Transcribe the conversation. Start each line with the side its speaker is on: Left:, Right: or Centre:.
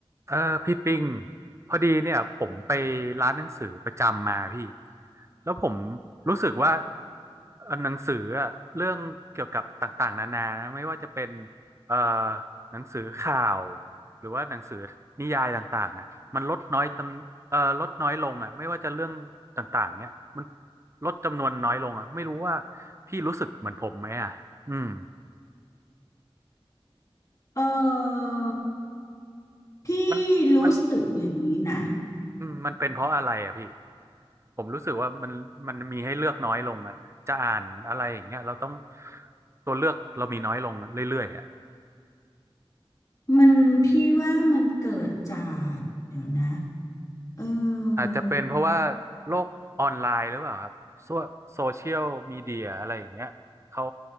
Right: เออพี่ปิงพอดีเนี่ยผมไปร้านหนังสือประจำมาพี่แล้วผมรู้สึกว่าเอ่อหนังสืออะเรื่องเกี่ยวกับต่างๆนานานะไม่ว่าจะเป็นเอ่อหนังสือข่าวหรือว่าหนังสือนิยายต่างๆอ่ะมันลดน้อยจำเอ่อลดน้อยลงอ่ะไม่ว่าจะเรื่องต่างๆเนี่ยมันลดจำนวนน้อยลงอ่ะไม่รู้ว่าพี่รู้สึกเหมือนผมไหมอ่ะอืม
Left: เออพี่
Right: มันมัน
Left: รู้สึกอย่างนี้นะ
Right: อืมมันเป็นเพราะอะไรอ่ะพี่ผมรู้สึกว่ามันมันมีให้เลือกน้อยลงอ่ะจะอ่านอะไรอย่างเงี้ยเราต้องตัวเลือกเรามีน้อยลงเรื่อยๆอ่ะ
Left: มันพี่ว่ามันเกิดจากเดี๋ยวนะเอ
Right: อาจจะเป็นเพราะว่า
Left: อ
Right: โลกออนไลน์หรือเปล่าครับโซโซเชียลมีเดียอะไรอย่างเงี้ยเขา